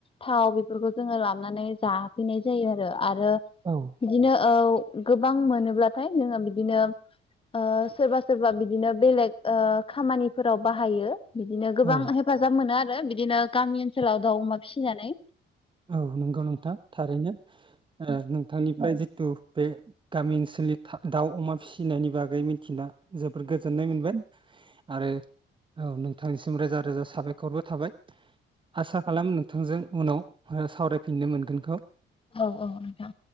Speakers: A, on the left (about 25°); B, on the right (about 25°).
A: थाव बेफोरखौ जोङो लाबानै जा नाय जायो आरो आरो
B: औ
A: बिदिनो औ गोबां मोनोब्लाथाय जोङो बिदिनो ओ सोरबा सोरबा बिदिनो बेलेग ओ खामानिफोराव बाहायो। बिदिनो गोबां
B: औ
A: हेफाजाब मोनो आरो बिदिनो गामि ओनसोलाव दाउ अमा फिसिनानै
B: औ नंगौ नोंथां दा थारैनो ओ नोंथांनिफ्राय थु बे गामि ओनसोलनि था-दाउ अमा फिसिनायनि बागै मिथिना जोबोर गोजोननाय मोनबाय आरो औ नोंथांनिसिम रोजा रोजा साबायखरबो थाबाय आसा खालामो नों थांजों उनाव आरो सावरायफिननो मोनगोनखौ
A: औ औ नोंथां